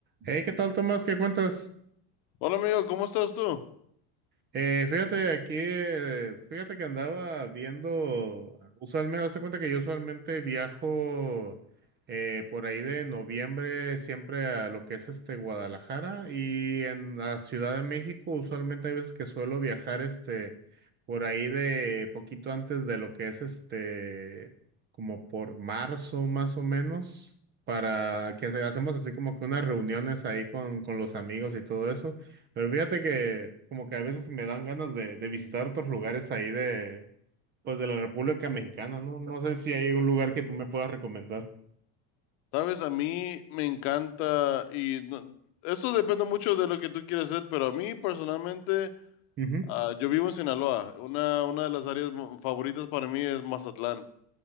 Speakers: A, on the right; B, on the left.
A: Hey, ¿qué tal, Tomás? ¿Qué cuentas?
B: Hola amigo, ¿cómo estás tú?
A: Eh, fíjate aquí, eh, fíjate que andaba viendo, usualmente, hazte cuenta que yo usualmente viajo eh, por ahí de noviembre siempre a lo que es este Guadalajara y en la Ciudad de México usualmente hay veces que suelo viajar este por ahí de poquito antes de lo que es este como por marzo más o menos para que hace- hacemos así como que unas reuniones ahí con, con los amigos y todo eso. Pero fíjate que como que a veces me dan ganas de, de visitar otros lugares ahí de, pues de la República Mexicana, ¿no? No sé si hay un lugar que tú me puedas recomendar.
B: Sabes, a mí me encanta y no- eso depende mucho de lo que tú quieras hacer, pero a mí personalmente,
A: Ujú,
B: ah, yo vivo en Sinaloa. Una, una de las áreas mo- favoritas para mí es Mazatlán.